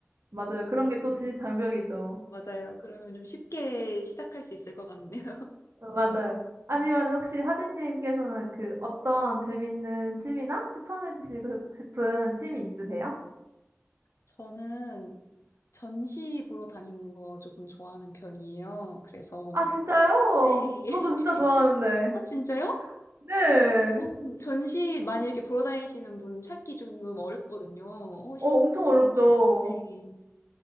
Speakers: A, on the right; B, on the left.
A: 맞아요. 그런 게 또
B: 음,
A: 진입 장벽이죠.
B: 맞아요. 그러면 좀 쉽게 시작할 수 있을 것 같네요.
A: 어, 맞아요. 아니면
B: <laughs>
A: 혹시 하진님께서는 그 어떤 재밌는 취미나 추천해 주시고 싶은 취미 있으세요?
B: 저는 전시 보러 다니는 거 조금 좋아하는 편이에요. 그래서,
A: 아, 진짜요?
B: 네. <laughs>
A: 저도 진짜 좋아하는데.
B: 아, 진짜요?
A: 네.
B: 어, 좀 전시 많이 이렇게 보러 다니시는 분 찾기 조금 어렵거든요. 어,
A: 어,
B: 신...
A: 엄청 어렵죠.
B: 네.